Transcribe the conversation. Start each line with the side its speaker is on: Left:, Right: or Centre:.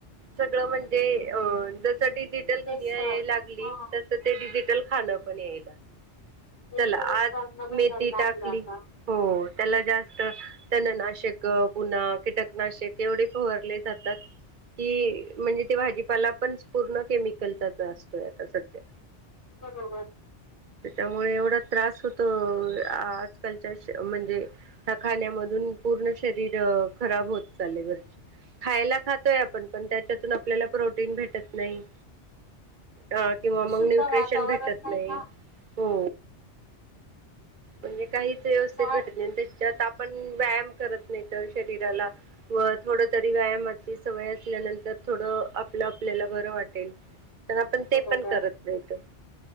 Right: सगळं म्हणजे अ जस डिजिटल दुनिया
Left: तेच हां.
Right: याला लागली, तस ते डिजिटल खाणं पण याय लागली.
Left: नैसर्गिक
Right: चला आज
Left: तण भेटायला
Right: मेथी
Left: लागलं
Right: टाकली
Left: आता.
Right: हो त्याला जास्त तननाशक पुन्हा कीटकनाशक एवढे पहरले जातात. ती म्हणजे ते भाजीपाला पण पूर्ण केमिकलचाच असतोय आता सध्या!
Left: बरोबर
Right: त्या त्यामुळे एवढा त्रास होत आजकालच्या म्हणजे ह खाण्यामधून पूर्ण शरीर खराब होत चाले घरची खायला खातोय आपण पण त्याच्यातून आपल्याला प्रोटीन भेटत नाही. अ किंवा मग
Left: शुद्ध
Right: न्यूट्रिशन
Left: वातावरण
Right: भेटत नाही.
Left: ना
Right: हो! म्हणजे काहीच व्यवस्थेत
Left: झाड
Right: घटत नाही त्याच्या आप पण व्यायाम करत नाही तर शरीराला व थोड तरी व्यायामाची सवय असल्यानंतर थोडं आपलं आपल्याला बरं वाटेल. पण आपण ते
Left: बरोबर
Right: पण करत नाहीत,